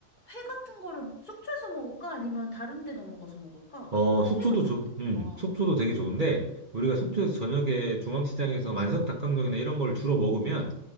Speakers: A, on the left; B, on the right.
A: 회 같은 거를 속초에서 먹을까? 아니면 다른 데 넘어가서 먹을까?
B: 어, 속초도
A: 회도 먹어야
B: 좋,
A: 되니까.
B: 음, 속초도 되게 좋은데, 우리가 속초에서
A: 음,
B: 저녁에 중앙시장에서 만석 닭강정이나 이런 걸 주로 먹으면,